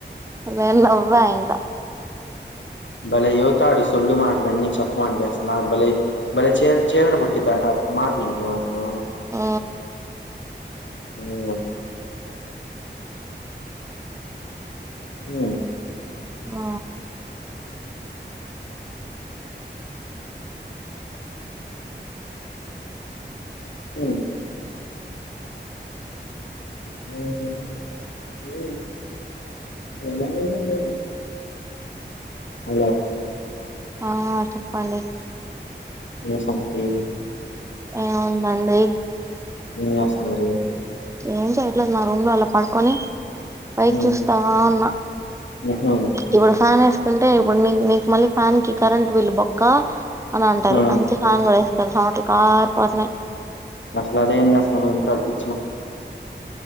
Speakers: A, on the right; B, on the left.
A: అదే నవ్వయింకా
B: భలే ఎవుతాడు సొల్లు మాటలు అన్నీ చెప్పమంటే అస్సల భలే భలే చీద చీదర పుట్టిద్దంటా మాటలింటే మాత్రం,
A: ఆ
B: విన్నింగ్ అవును హ
A: ఆ
B: అ <unintelligible> ఆ
A: ఆ చెప్పండి
B: ఏ సంత ఇది
A: ఏముందండీ
B: ఏం చేస్తున్నారు
A: ఏం చేయట్లేదు మా రూమ్ లో అలా పడుకొని పైక్
B: ఉమ్
A: చూస్తా ఉన్నా
B: ఉహు
A: ఇప్పుడు ప్యాన్ వేసుకుంటే ఇప్పుడు నీ న మళ్ళీ ఫ్యాన్ కి కరెంట్ బిల్లు బొక్క అని అంటారు
B: ఉమ్
A: అందుకే ప్యాన్ కూడా వేస్ ఇక్కడ చెమట్లు కారిపోతున్నాయి
B: అసలు అదేం చేస్తది